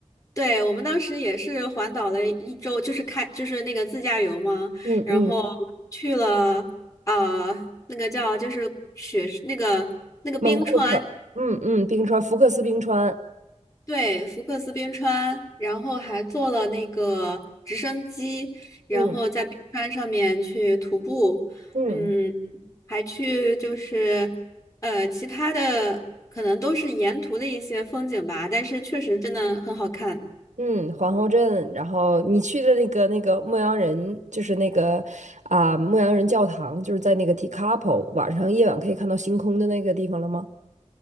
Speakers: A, on the left (about 25°); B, on the right (about 75°).
A: 对我们当时也是环岛了一周，就是开就是那个自驾游嘛，
B: 嗯嗯，
A: 然后去了啊、呃那个叫就是雪那个那个冰川，
B: 蒙库克，嗯嗯，冰川，福克斯冰川，
A: 对，福克斯冰川，然后还坐了那个直升机，然后在冰川上面去徒步，
B: 嗯嗯。
A: 嗯，还去就是呃其他的可能都是沿途的一些风景吧，但是确实真的很好看。
B: 嗯，皇后镇，然后你去的那个那个牧羊人，就是那个啊、牧羊人教堂，就是在那个 t i k a p o 晚上夜晚可以看到星空的那个地方了吗？